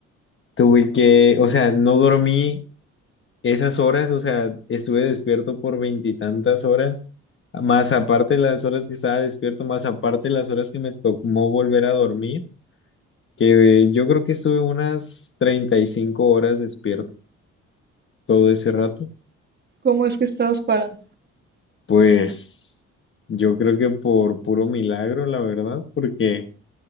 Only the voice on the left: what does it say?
tuve que, o sea, no dormí esas horas, o sea, estuve despierto por veintitantas horas, más aparte las horas que estaba despierto, más aparte las horas que me tomó volver a dormir, que eh, yo creo que estuve unas 35 horas despierto todo ese rato.
Pues yo creo que por puro milagro, la verdad, porque...